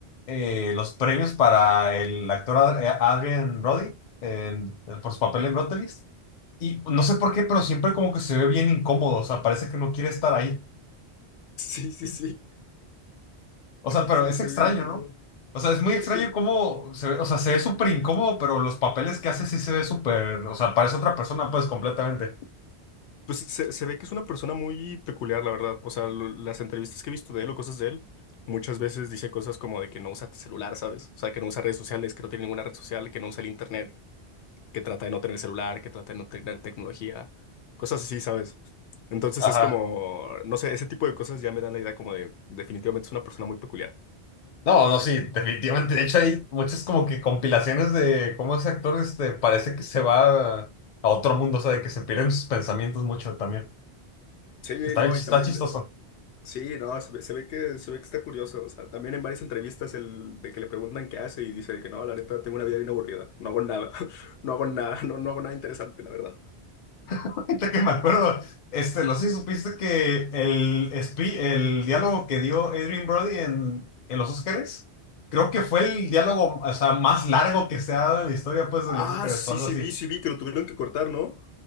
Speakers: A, on the left; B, on the left.
A: eh, los premios para el actor Ad- eh, Adrien Brody en- eh, por su papel en Brutalist. Y no sé por qué, pero siempre como que se ve bien incómodo, o sea, parece que no quiere estar ahí.
B: Sí, sí, sí.
A: O sea, pero
B: Sí,
A: es
B: se
A: extraño,
B: ve bien incómodo.
A: ¿no? O sea, es muy extraño
B: Eh, Pues
A: cómo se ve, o sea, se ve súper incómodo, pero los papeles que hace sí se ve súper, o sea, parece otra persona, pues, completamente.
B: Pues se, se ve que es una persona muy peculiar, la verdad. O sea, lo- las entrevistas que he visto de él o cosas de él, muchas veces dice cosas como de que no usa celular, ¿sabes? O sea, que no usa redes sociales, que no tiene ninguna red social, que no usa el internet, que trata de no tener celular, que trata de no tener tecnología, cosas así, ¿sabes? Entonces
A: Ajá.
B: es como, no sé, ese tipo de cosas ya me dan la idea como de definitivamente es una persona muy peculiar.
A: No, no, sí, definitivamente. De hecho, hay muchas como que compilaciones de cómo ese actor, este, parece que se va a otro mundo, o sea, de que se pierden sus pensamientos mucho también.
B: Sí,
A: Está
B: no,
A: bien, chis-
B: y
A: está
B: también.
A: chistoso.
B: Sí, no, se ve, se ve que, se ve que está curioso. O sea, también en varias entrevistas el de que le preguntan qué hace y dice de que no, la neta, tengo una vida bien aburrida. No hago nada. <laughs> No hago nada. No, no hago nada interesante, la verdad.
A: Ahorita que me acuerdo, este, no sé si supiste que el, espi- el diálogo que dio Adrien Brody en, en los Óscares, creo que fue el diálogo, o sea, más largo que se ha dado en la historia, pues, de los
B: Ah,
A: Óscares
B: sí,
A: o algo
B: sí
A: así.
B: vi, sí vi que lo tuvieron que cortar, ¿no?